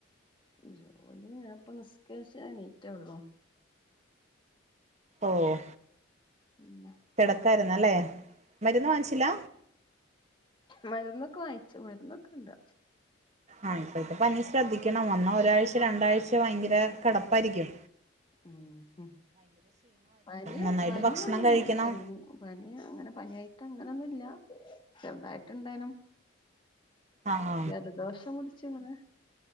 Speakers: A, on the left; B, on the right.
A: ജോലി ഞാൻ പ്പൊ നിസ്കര്ച്ച് എണീറ്റള്ളൂ.
B: ഓഹ്
A: പിന്നെ
B: കെടക്കായിരുന്നല്ലേ മരുന്ന് വാങ്ങിച്ചില്ല?
A: മരുന്നൊക്കെ വാങ്ങിച്ചു മരുന്നൊക്കെ ണ്ട്.
B: ആഹ് ഇപ്പഴത്തെ പനി ശ്രദ്ധിക്കണം വന്നാ ഒരാഴ്ച, രണ്ടാഴ്ച ഭയങ്കര കെടപ്പായിരിക്കും.
A: ഉം ഉം പനിയോ
B: നന്നായിട്ട്
A: പനിയൊന്ന്
B: ഭക്ഷണം കഴിക്കണം
A: <unintelligible> പനി അങ്ങനെ പനിയായിട്ട് അങ്ങനെന്നുല്ല ചെർതായിട്ട് ഇണ്ടേനും.
B: ആഹ്
A: ജലദോഷം പുട്ച്ചിങ്ങനെ